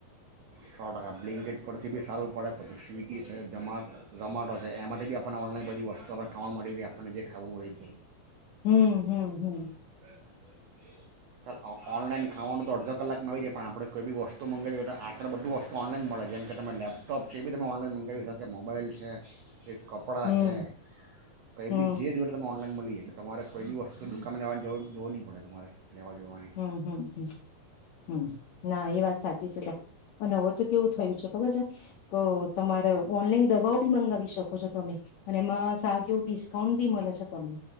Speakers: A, on the right (about 75°); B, on the left (about 75°).
A: સો ટકા બ્લેન્કેટ પરથી બી સારું પડે પછી સ્વિગી છે જમા જમાટો છે એ માટે બી આપણને ઓનલાઈન બધી વસ્તુ આપને ખાવાનું મળી રે આપણને જે ખાવું હોય તે
B: હમ હમ હમ
A: <inaudible> સર ઓનલાઈન ખાવાનું તો અડધ કલાકમાં આવી જાય પણ આપણે કોઈ બી વસ્તુ મગાવી હોય તો આગળ બધું વસ્તુ ઓનલાઈન મળે જેમ કે તમે લેપટોપ છે એ બી તમે ઓનલાઈન મંગાવી શ કે મોબાઈલ છે એક કપડાં
B: હમ
A: છે તો એ
B: હમ
A: બી જે જોવે તને ઓનલાઈન મળી જ એટલે તમારે કોઈ દિવસ્ત તો દુકાનને આવવા જ જોવું નહી પડે તમારે લેવા જવાની
B: હમ હમ હમ હમ ના એ વાત સાચી છે સાહેબ અને હવે તો કેવું થયું છે ખબર છે તમારે ઓનલાઈન દવાઓ બી મંગાવી શકો છો તમે અને એમાં સારું એવું ડિસ્કાઉન્ટ ભી મળે છે તને